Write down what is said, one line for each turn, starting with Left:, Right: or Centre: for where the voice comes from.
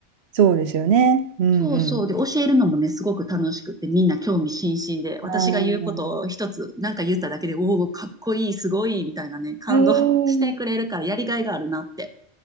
Right: そうですよね。うんうん。
Centre: そうそう。で、教えるのもね、すごく楽しくて、みんな興味津々で、私が言うことを一つ、
Right: あー
Centre: なんか言っただけで、おお、かっこいい、すごい、みたいなね、感動
Right: うん。
Centre: <laughs> してくれるから、やりがいがあるなって。